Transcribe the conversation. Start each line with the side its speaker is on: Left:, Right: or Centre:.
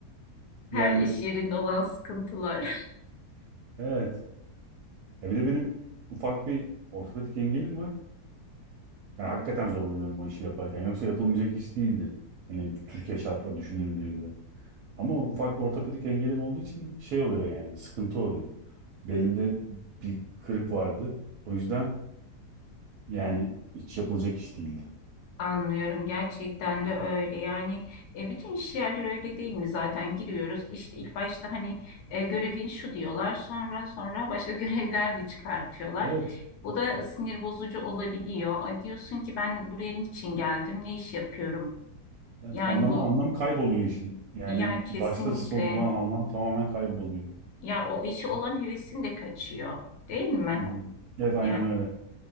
Right: Yani
Left: Her iş yerinde olan sıkıntılar.
Right: evet. Ya bir de benim ufak bir ortopedik engelim var. Ya hakikaten zorlanıyorum o işi yaparken. Yoksa yapılmayacak iş değildi. Hani Türkiye şartları düşünüldüğünde. Ama ufak bir ortopedik engelim olduğu için şey oluyor yani sıkıntı oluyor. Belimde bir kırık vardı. O yüzden yani hiç yapılacak iş değildi.
Left: Anlıyorum gerçekten de öyle yani e, bütün iş yerleri öyle değil mi zaten giriyoruz işte ilk başta hani e, görevin şu diyorlar sonra sonra başka <laughs> görevler de çıkartıyorlar
Right: Evet,
Left: bu da sinir bozucu olabiliyor Ay, diyorsun ki ben buraya niçin geldim ne iş yapıyorum
Right: evet
Left: yani
Right: anlamı
Left: bu
Right: anlamı kayboluyor işin. Yani
Left: ya kesinlikle
Right: başta sorulan anlam tamamen kayboluyor.
Left: ya o işe olan hevesin de kaçıyor değil mi
Right: Hı hı. Evet aynen
Left: ya
Right: öyle.